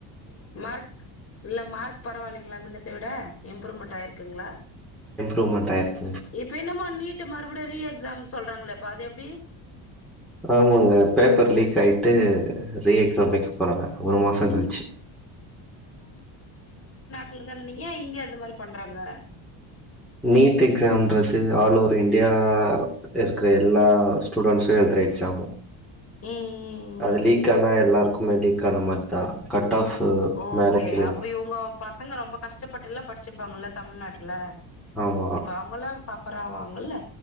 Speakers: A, on the left; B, in the centre.
A: மார்க் இல்ல மார்க் பரவால்லயா ல்லா மின்னத்த விட இம்ப்ரூவ்மெண்ட் ஆயிருக்குங்களா
B: ரொம்ப டயேர்ட்
A: இப்ப என்னமோ நீட்டு மறுபடியும் ரிஏக்ஐம் எக்ஸாம் சொல்றாங்களேப்பா அது எப்டி
B: ஆமாங்க பேப்பர் லீக் ஆயிட் ரீ எக்ஸாம் வைக்க போறாங்க ஒரு மாசம் கழிச்சு
A: க்ளதான ஏன் இங்க அது மாரி பண்றாங்க
B: நீட் எக்ஸாம்ன்றது ஆல் ஓவர் இந்தண்டியா இருக்கிற எல்லா ஸ்டூடெஸ்ம் எழுதுகிற எக்ஸாம்
A: ம் ம்
B: அது
A: ம்
B: லீக் ஆனா எல்லாருக்கும் லீக்கானமாரிதா கட் ஆஃப்
A: ஓகே
B: மேல கீழ
A: அப்ப
B: ஏறு
A: இவங்கோ பசங்க ரொம்ப கஷ்டப் பட்ட எல்லாம் படிச்சிருப்பாங்கல்ல தமிழ்நாட்டுல
B: ஆமா
A: இப்ப அவங்கல்லாம் சப்பரராங்க ஆவாங்கல்ல